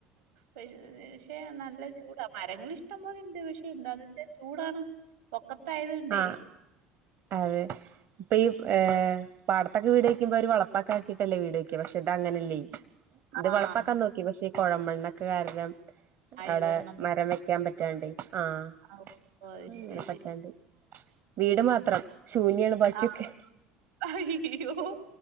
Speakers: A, on the right; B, on the right.
A: പക്ഷെ നല്ല ചൂടാ മരങ്ങളിഷ് ഷ്ടം പോലെ ഇണ്ട് പക്ഷെ എന്താന്ന് വെച്ചാൽ ചൂടാണ് പൊക്കത്തായത് കൊണ്ടേ
B: ആഹ് അതെ ഇപ്പ ഈ
A: ഉം.
B: ഏ പാടത്തൊക്കെ വീട് വക്കുമ്പോ അവര് <unintelligible> പട്ടല്ലേ വീട് വക്ക പക്ഷെ ഇത് അങ്ങനെയല്ലേ ഇത്
A: ആ
B: വളപ്പൊക്കാൻ നോക്കി പക്ഷെ ഈ കുഴമെണ്ണൊക്കെ കാരണം
A: ആയത്
B: അവിടെ
A: കാരണം പെ-
B: മരം വെക്കാൻ പത്തണ്ട് ആഹ്
A: ആ ഓ അത്
B: അങ്ങനെ
A: ശരി.
B: പറ്റാണ്ട് വീട് മാത്രം ശൂന്യാണ് ബാക്കിയൊക്കെ
A: ആ ആയോ